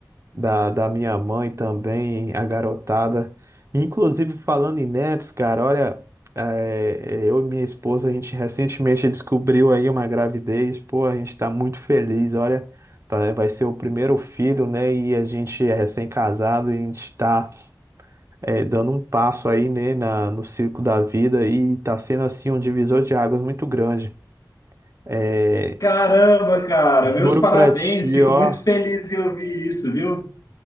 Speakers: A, on the right (about 40°); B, on the left (about 55°).
A: da, da minha mãe também, a garotada. Inclusive, falando em netos, cara, olha, é, eu e minha esposa, a gente recentemente descobriu aí uma gravidez. Pô, a gente tá muito feliz, olha. tá, Vai ser o primeiro filho, né? E a gente é recém-casado e a gente tá é, dando um passo aí, né, na, no circo da vida e tá sendo assim um divisor de águas muito grande. É,
B: Caramba, cara,
A: juro
B: meus parabéns.
A: pra ti,
B: Fico
A: ó,
B: muito feliz em ouvir isso, viu?